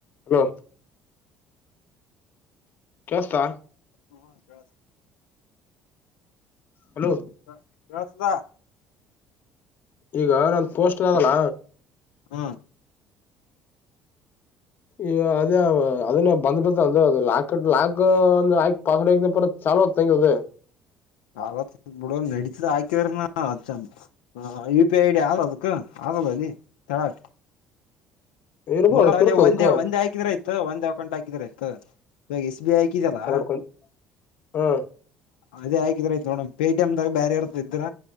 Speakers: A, on the left; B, on the left.
A: Hello ಕೆಸ್ತಾ
B: ಹ್ಮ ಕೇಳಸ
A: ಹಲೋ
B: ಸರ್ ಕೇಳ್ಸ್ತದಾ
A: ಈಗ ನಂದು ಪೋಸ್ಟರ್ ಆದಲ್ಲ
B: ಹಾ
A: ಈ ಅದೇ ಅದನ್ನ ಬಂದ್ಬಡ್ತ ಅದೆ ಅದ್ ಲಾಕ ಲಾಕ್ ಒಂದ ಲಾ ಪಾಸ್ವರ್ಡ್ <unintelligible> ಹಲೋಕ್ ತೇಗ್ಯದು
B: ಆತ್ ಬಿಡ ನಡತದ ಹಾಕಿರಿನ ಚ ಯು ಪಿ ಐ ಡಿ ಆಲ್ ಅದಕ ಆಗಲ್ಲನಿ ತಾಕ್
A: ಇರ್ಬೋದು
B: ನೋಡೋಲ್ಲಿ
A: ಕಿರುತ ಅದಕ್ಕ
B: ಒಂದೆ ಒಂದೆ ಹಾಕಿದ್ರ ಅಯ್ತು ಒಂದಂದು ಅಕೌಂಟ್ ಹಾಕಿದ್ರ ಆಯ್ತು ಇವಾಗ ಎಸ್ ಬಿ ಐ ಹಾಕಿದಲ್ಲ
A: ಎರಡ್ಕೊಯ್ ಹಾ
B: ಅದೇ ಹಾಕಿದ್ರ ಆಯ್ತ್ ನೋಡಮ್ ಪೆ ಟಿ ಎಮ್ ದಾಗ ಬ್ಯಾರೆ ಇರ್ತದ್ ಇದ್ರ